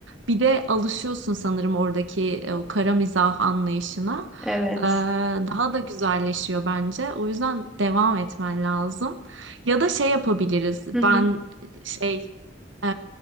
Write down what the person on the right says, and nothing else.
Bir de alışıyorsun sanırım oradaki e, o kara mizah anlayışına.
Ee, daha da güzelleşiyor bence. O yüzden devam etmen lazım. Ya da şey yapabiliriz.
Ben
şey e,